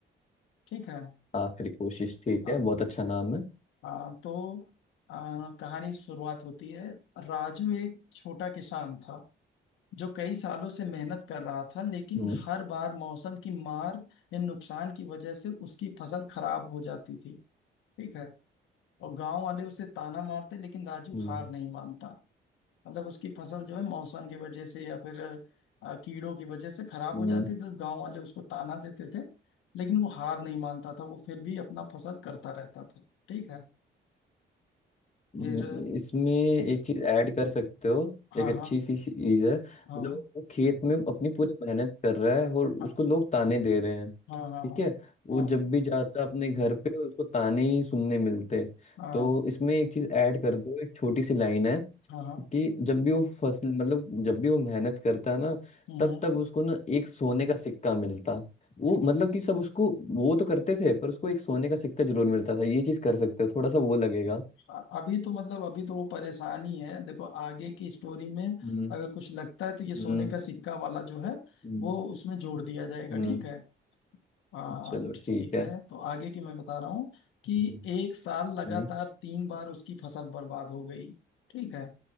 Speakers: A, on the left; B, on the left.
A: ठीक है
B: आखिरी कोशिश ठीक
A: हाँ
B: है बहुत अच्छा नाम है
A: हाँ तो आ, कहानी शुरुआत होती है राजू एक छोटा किसान था जो कई सालों से मेहनत कर रहा था लेकिन
B: हम्म
A: हर बार मौसम की मार या नुकसान की वजह से उसकी फसल खराब हो जाती थी ठीक है और गांव वाले उसे ताना मारते लेकिन राजू
B: हम्म
A: हार नहीं मानता मतलब उसकी फसल जो है मौसम की वजह से या फिर अ, कीड़ों की वजह से खराब
B: हम्म।
A: हो जाती तो गांव वाले उसको ताना देते थे लेकिन वो हार नहीं मानता था वो फिर भी अपना फसल करता रहता था ठीक है
B: हम्म,
A: फिर
B: इसमें एक चीज ऐड कर सकते हो
A: हाँ
B: एक अच्छी
A: हाँ
B: सी चीज है मतलब
A: हाँ
B: वो खेत में अपनी पूरी मेहनत कर रहा है और उसको
A: हाँ
B: लोग ताने दे रहे हैं
A: हाँ हाँ
B: ठीक
A: हाँ
B: है वो
A: हाँ
B: जब भी जाता अपने घर पे उसको ताने ही सुनने मिलते
A: हाँ
B: तो इसमें एक चीज ऐड कर दो एक छोटी सी लाइन है
A: हाँ हाँ,
B: कि जब भी वो फसल मतलब जब भी वो मेहनत करता ना
A: हम्म।
B: तब तब उसको ना एक सोने का सिक्का मिलता वो मतलब कि सब उसको वो तो करते थे पर उसको एक सोने का सिक्का जरूर मिलता था ये चीज कर सकते हो थोड़ा सा वो लगेगा
A: अ- अभी तो मतलब अभी तो वो परेशान ही है देखो आगे की स्टोरी में
B: हम्म
A: अगर कुछ लगता है तो ये सोने
B: हम्म
A: का सिक्का वाला जो है
B: हम्म
A: वो उसमें जोड़ दिया जाएगा
B: हम्म,
A: ठीक है आ,
B: चलो
A: ठीक
B: ठीक है
A: है तो आगे की मैं बता रहा हूँ कि
B: हम्म
A: एक साल लगातार
B: हम्म
A: तीन बार उसकी फसल बर्बाद हो गई ठीक है